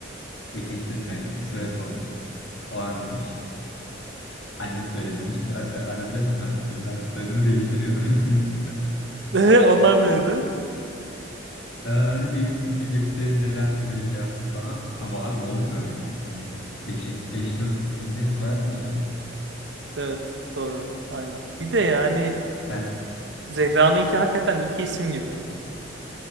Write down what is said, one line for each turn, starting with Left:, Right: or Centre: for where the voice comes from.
Left: Değiştirme. iki soyad olsun. Falan demiş. Annesi de öyle dedi. Şimdi a- a- aradı hemen. "Ee, Ben soyadımı değiştiriyorum <laughs> deyince.
Right: <laughs> Onlar neydi?
Left: "Aa, Hani değiştirmeyecektin. Neden öyle şey yaptın falan. Ama abi olmuyor yani. Hani 5, 5-4 isimli soyad mı olur? Yani?
Right: Evet, doğru. Aynen. Bir de yani
Left: Ben
Right: Zehra'nınki hakikaten iki isim gibi.